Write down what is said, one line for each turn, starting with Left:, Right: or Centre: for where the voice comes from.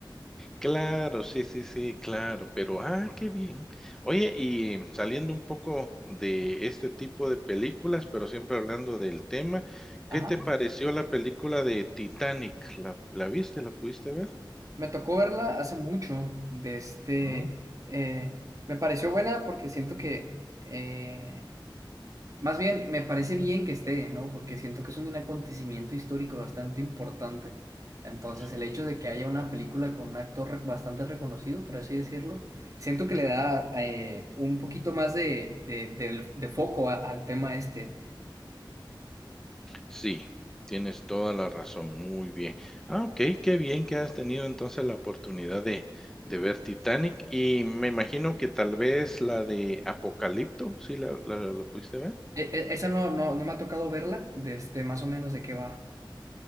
Centre: Claro, sí, sí, sí, claro, pero ah, qué bien. Oye, y saliendo un poco de este tipo de películas, pero siempre hablando del tema,
Right: Ajá.
Centre: ¿qué te pareció la película de Titanic? ¿La, la viste? ¿La pudiste ver?
Right: Me tocó verla hace mucho de este,
Centre: Ah,
Right: eh, me pareció buena porque siento que eh, Más bien, me parece bien que esté, ¿no? Porque siento que es un acontecimiento histórico bastante importante. Entonces,
Centre: sí,
Right: el hecho de que haya una película con un actor re- bastante reconocido, por así decirlo, siento que
Centre: claro.
Right: le da eh, un poquito más de, de, del- de foco a- al tema este.
Centre: Sí, tienes toda la razón, muy bien. Ah, okey, qué bien que has tenido entonces la oportunidad de de ver Titanic, y me imagino que tal vez la de Apocalipto, ¿sí la la la pudiste ver?
Right: E- e- esa no, no, no me ha tocado verla, de este, más o menos de qué va.